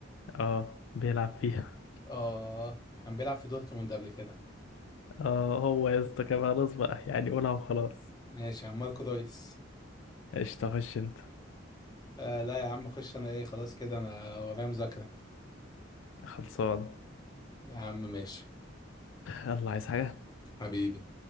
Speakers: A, on the left; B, on the left.
A: اه بيلعب فيها
B: اه كان بيلعب في دورتموند قبل كده
A: اه هو يا اسطى كان خلاص بقى يعني قولها وخلاص
B: ماشي يا عم ماركو رويس
A: ايش تخش انت
B: آه لا يا عم خش انا ايه خلاص كده انا ورايا مذاكرة
A: خلصان
B: يا عم ماشي
A: يلا عايز حاجة
B: حبيبي